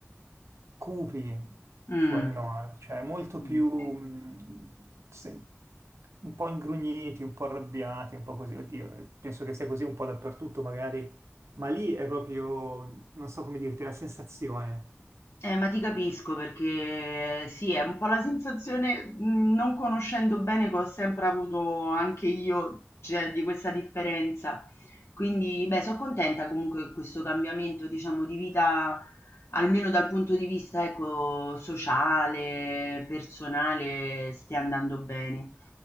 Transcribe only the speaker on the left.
Mm,
mm.
Eh, ma ti capisco perché sì, è un po' la sensazione, mh, non conoscendo bene, che ho sempre avuto anche io, cioè, di questa differenza. Quindi, beh, sono contenta comunque che questo cambiamento, diciamo, di vita, almeno dal punto di vista, ecco, sociale, personale, stia andando bene.